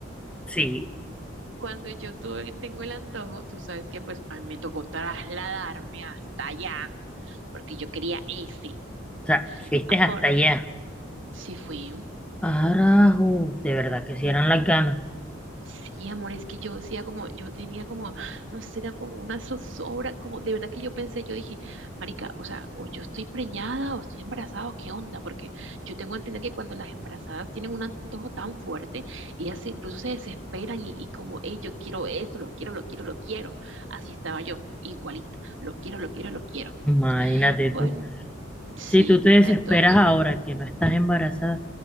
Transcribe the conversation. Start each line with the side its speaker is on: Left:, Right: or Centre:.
Centre: Sí,
Right: Cuando yo tuve, tengo el antojo, tú sabes que pues a mí me tocó trasladarme hasta allá porque yo quería ese.
Centre: o sea, fuiste
Right: Amor,
Centre: hasta allá.
Right: sí fui.
Centre: Ah, Carajo, de verdad que si eran las ganas.
Right: Sí, amor, es que yo decía como, yo tenía como, no sé, era como una zozobra, como de verdad que yo pensé, yo dije, marica, o sea, o yo estoy preñada o estoy embarazada, o qué onda, porque yo tengo que entender que cuando las embarazadas tienen un antojo tan fuerte, ellas se- incluso se desesperan y, y como, hey, yo quiero esto, lo quiero, lo quiero, lo quiero. Así estaba yo, igualita, lo quiero, lo quiero, lo quiero.
Centre: Imagínate
Right: Bueno,
Centre: tú.
Right: sí,
Centre: Si tú te desesperas
Right: entonces,
Centre: ahora que no estás embarazada,